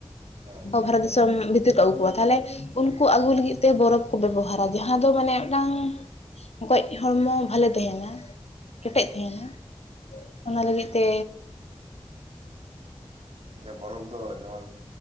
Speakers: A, on the right (about 75°); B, on the left (about 75°).
A: ᱦᱮᱸ ᱦᱮᱸ
B: ᱵᱷᱟᱨᱚᱛ ᱫᱤᱥᱚᱢ ᱵᱷᱤᱛᱤᱨ ᱠᱚ ᱟᱹᱜᱩ ᱠᱚᱣᱟ ᱛᱟᱦᱞᱮ ᱩᱱᱠᱩ ᱟᱹᱜᱩ ᱞᱟᱹᱜᱤᱫ ᱛᱮ ᱵᱚᱨᱚᱯᱷ ᱠᱚ ᱵᱮᱵᱚᱦᱟᱨᱟ ᱡᱟᱦᱟᱸ ᱫᱚ ᱢᱟᱱᱮ ᱢᱤᱫᱴᱟᱝ ᱜᱚᱡ ᱦᱚᱲᱢᱚ ᱵᱷᱟᱞᱮ ᱛᱟᱦᱮᱱᱟ
A: ᱦᱩᱸ
B: ᱠᱮᱴᱮᱡ ᱛᱟᱦᱮᱱᱟ ᱚᱱᱟ
A: ᱚ
B: ᱞᱟᱹᱜᱤᱫ ᱛᱮ
A: ᱡᱮ ᱵᱚᱨᱚᱯᱷ ᱫᱚ ᱡᱮᱢᱚᱱ